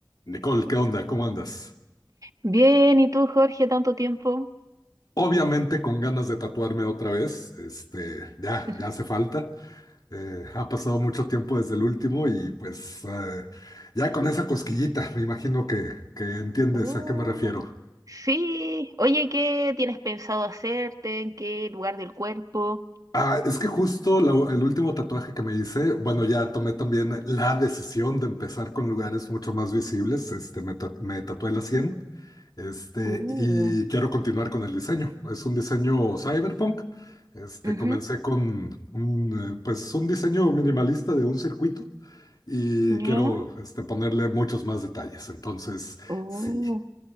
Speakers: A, on the left; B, on the right.
A: Nicole, ¿qué onda? ¿Cómo andas?
B: Bien, ¿y tú, Jorge, tanto tiempo?
A: Obviamente con ganas de tatuarme otra vez, este, ya,
B: <laughs>
A: ya hace falta. Eh, ha pasado mucho tiempo desde el último y pues eh, ya con esa cosquillita, me imagino que, que entiendes
B: Uh,
A: a qué me refiero.
B: sí, oye, ¿qué tienes pensado hacerte? ¿En qué lugar del cuerpo?
A: Ah, es que justo la- el último tatuaje que me hice, bueno, ya tomé también la decisión de empezar con lugares mucho más visibles, este, me, ta- me tatué la
B: Ujú.
A: 100 Este,
B: Uh,
A: y quiero continuar con el diseño. Es un diseño cyberpunk. Este,
B: ujú,
A: comencé con un, eh, pues, un diseño minimalista de un circuito y
B: ¿Ya?
A: quiero este, ponerle muchos más detalles. Entonces,
B: Uh,
A: sí.